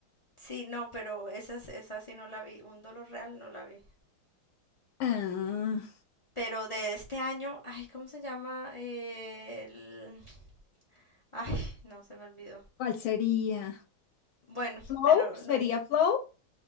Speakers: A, on the left; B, on the left.
A: sí, no, pero esa, es- esa sí no la vi. Un dolor real no la vi.
B: Ah,
A: Pero de este año, ay, ¿cómo se llama? Eh, el... Ay, no, se me olvidó.
B: ¿cuál sería?
A: Bueno,
B: ¿Flow?
A: pero
B: ¿Sería
A: no
B: Flow?